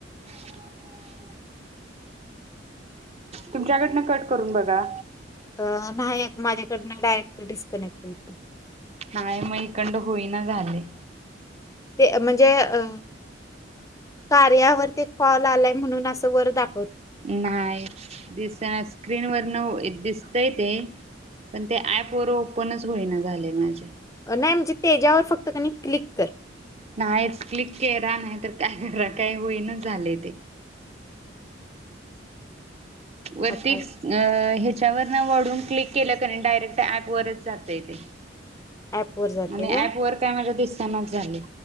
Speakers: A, on the right; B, on the left.
A: <inaudible> तुमच्याकडनं कट करून बगा.
B: अ न्ह्यायेत माझ्याकडन डायरेक्ट डिस्कनेक्ट होतय.
A: नाही म इकडना होईना झालय.
B: ते म्हणजे अ कार्यावर ते कॉल आलाय म्हणून अस वर दा
A: नाय दिसना स्क्रीन वर न दिस दिसतय ते पण ते ऍप वर ओपनच होईना झालय माझ्या
B: नाय म्हणजे तेच्यावर फक्त कनाय् क्लिक कर
A: नाहीच क्लिक केरा नाही तर काय करा काय होईनाच झालय ते वरती
B: आता
A: अ अ हे त्याच्यावर न वळून क्लिक केलं क डायरेक्ट ऍप वरच जातय ते
B: ॲपवर जाते
A: आणि ऍप वर काय माझ्या दिस त्यांनाच झालेय.